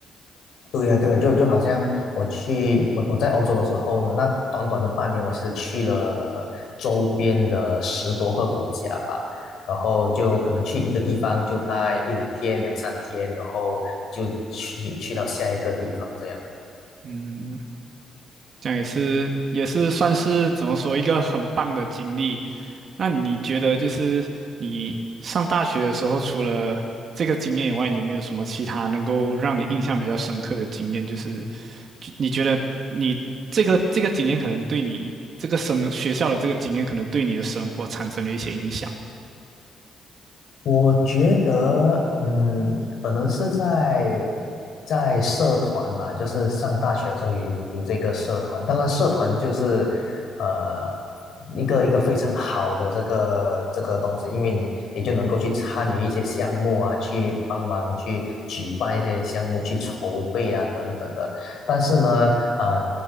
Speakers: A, on the left (about 70°); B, on the right (about 55°).
A: 对呀，对呀，就就好像我去我我在欧洲的时候呢，那短短的半年，我其实去了周边的十多个国家吧，然后就可能去一个地方就待一两天、两三天，然后就去去到下一个地方这样。
B: 嗯。这样也是也是算是怎么说一个很棒的经历。那你觉得就是你上大学的时候，除了这个经验以外，你有没有什么其他能够让你印象比较深刻的经验？就是就你觉得你这个这个经验可能对你这个生学校的这个经验可能对你的生活产生了一些影响。
A: 我觉得，嗯，可能是在在社团吧，就是上大学的时候有一有这个社团，当然社团就是呃一个一个非常好的这个这个东西，因为你你就能够去参与一些项目啊，去帮忙去举办一些项目，去筹备啊等等的。但是呢，呃，